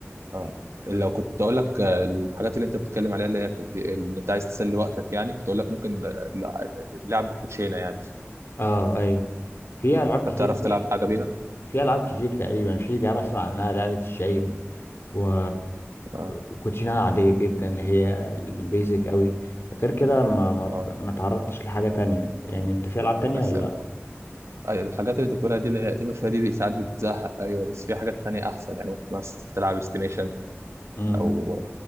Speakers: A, on the right (about 75°); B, on the left (about 60°).
A: اه لو كنت اقول لك آه، الحاجات اللي انت بتتكلم عليها اللي هي كنت- اللي انت عايز تسلي وقتك يعني كنت اقول لك ممكن آه، لع- لعب الكوتشينه يعني
B: اه ايوه في العاب كتير
A: انت بتعرف
B: تقريبا
A: تلعب حاجه بيها
B: في العاب كتير تقريبا في لعبه اسمع عنها لعبه الشايب و...
A: اه
B: وكوتشينه عاديه جدا اللي هي البيزك قوي غير كده ما ما
A: اه
B: ما تعرضتش لحاجه تانية يعني انت في العاب تانية
A: بس
B: ولا
A: آه، الحاجات اللي انت بتقولها دي اللي هي قديمه شويه دي ساعات بتزهق ايوه بس في حاجات تانية احسن يعني ممكن مثلا تلعب استيميشن
B: امم
A: او